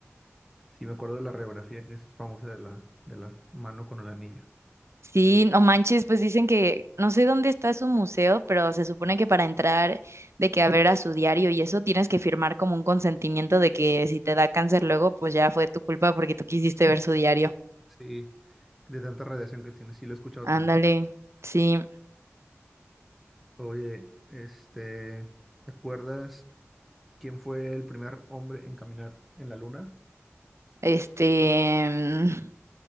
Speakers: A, in the centre; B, on the right.
A: Sí, me acuerdo de la radiografía que es famosa de la, de la mano con el anillo.
B: <laughs> sí, no manches, pues dicen que no sé dónde está su museo, pero se supone que para entrar de que a ver a su diario y eso tienes que firmar como un consentimiento de que si te da cáncer luego, pues ya fue tu culpa porque tú quisiste ver su diario.
A: Sí, de tanta radiación que tiene, sí lo he escuchado
B: Ándale,
A: también.
B: sí,
A: Oye, este, ¿te acuerdas quién fue el primer hombre en caminar en la luna?
B: este, mm,